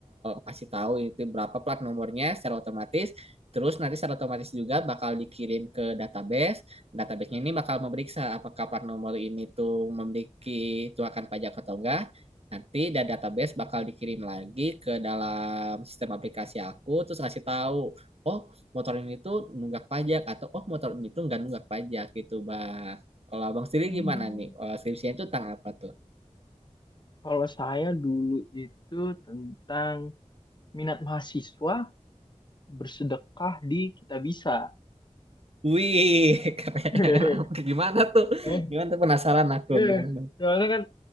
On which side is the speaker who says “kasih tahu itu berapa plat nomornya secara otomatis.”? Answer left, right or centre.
Right